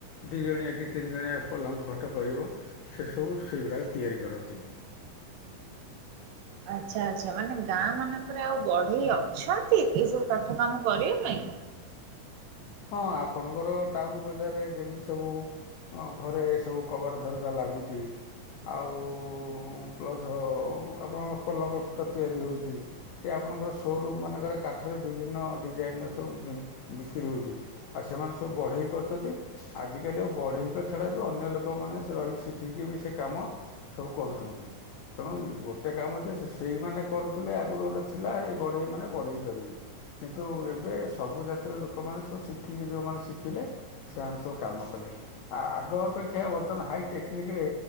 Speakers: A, on the left; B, on the right.
A: ଦି ଜଣିକିଆ କି ତିନି ଜଣିଆ ପଲଙ୍କ ଖଟ କରିବ ସେସବୁ ସେଗୁଡାକ ତିଆରି କରନ୍ତି।
B: ଆଚ୍ଛା ଆଚ୍ଛା ମାନେ ଗାଁ ମାନଙ୍କରେ ଆଉ ବଢେଇ ଅଛନ୍ତି, ଏ ସବୁ କାଠ କାମ କରିବା ପାଇଁ?
A: ହଁ ଆପଣଙ୍କର ଟାଉନ ବଜାରରେ ଯେମିତି ସବୁ ହଁ ଘରେ ଏ ସବୁ କବାଟ ଝରକା ଲାଗୁଚି। ଆଉ ପ୍ଲସ୍ ଆପଣଙ୍କ ପଲଙ୍କ ଖଟ ତିଆରି ହଉଚି। କି ଆପଣଙ୍କର ସୋରୁମ୍ ମାନଙ୍କରେ କାଠରେ ବିଭିନ୍ନ ଡିଜାଇନ୍ ର ସବୁ ବି ବିକ୍ରି ହଉଚି। ଆଉ ସେମାନେ ସବୁ ବଢେଇ କରୁଛନ୍ତି, ଆଜିକାଲି ଆଉ ବଢେଇଙ୍କ ଛଡା ବି ଅନ୍ୟ ଲୋକମାନେ ରହିକି ଶିଖିକି ବି ସେ କାମ ସବୁ କରୁଛନ୍ତି। ତେଣୁ ଗୋଟେ କାମ ଯେ ସେ ସେଇମାନେ କରୁଥିଲେ ଆଗରୁ ଗୋଟେ ଥିଲା, ଏଇ ବଢେଇମାନେ ବଢେଇ କରିବେ କିନ୍ତୁ ଏବେ ସବୁ ଜାତିର ଲୋକମାନେ ସ ଶିଖିକି ଯଉ ମାନେ ଶିଖିଲେ ସେମାନେ ସବୁ କାମ କଲେ, ଆ ଆଗ ଅପେକ୍ଷା ବର୍ତ୍ତମାନ ହାଇ ଟେକ୍ନିକିରେ